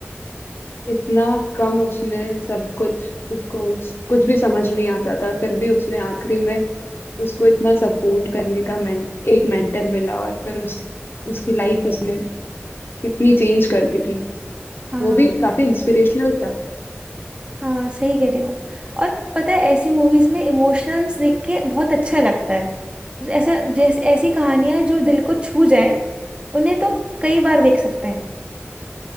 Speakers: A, on the left; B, on the right.
A: इतना कम उसने सब कुछ उसको कुछ भी समझ नहीं आता था फिर भी उसने आखिरी में उसको इतना सपोर्ट करने का मेन, एक मेंटर मिला और फिर उस उसकी लाइफ उसने कितनी चेंज कर दी थी
B: हाँ
A: वो भी काफी इंस्पिरेशनल था
B: हाँ सही कह रहे हो और पता है ऐसी मूवीज में इमोशंस देख के बहुत अच्छा लगता है ऐसा जैसे ऐसी कहानियां जो दिल को छू जाए उन्हें तो कई बार देख सकते हैं